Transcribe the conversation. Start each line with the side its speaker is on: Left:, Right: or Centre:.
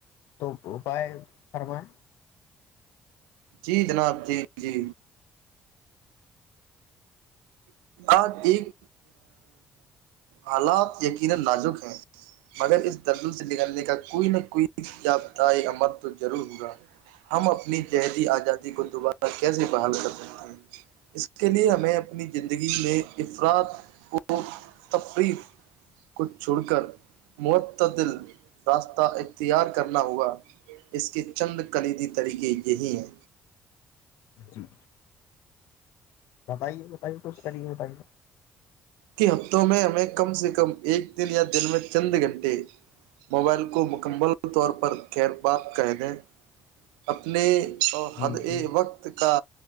Left: تو اپائے فرمیں
Right: جی جناب جی جی اج ایک حالات یقینا نازک ہیں مگر اس درجن سے نکلنے کا کوئی نہ کوئی یا تھا یا مت ضرور ہوا ہم اپنی ذہنی آزادی کو دوبارہ کیسے بحال کر سکتے ہیں اس اس کے لیئے ہمیں اپنی زندگی میں افراد کو تفریح کو چھوڑ کر معتدل راستہ اختیار کرنا ہوگا اس کے چند کلیدی طریقے یہی ہیں
Left: جی بتائیے بتائیے تو اس کریے بتائیے <unintelligible>
Right: کہ ہفتوں میں ہمیں کم سے کم ایک دن یا دن میں چند گھنٹے موبائل کو مکمل طور پر خیر بات کہ دیں <unintelligible> اپنے اور
Left: جی
Right: ہد اے
Left: جی
Right: وقت کا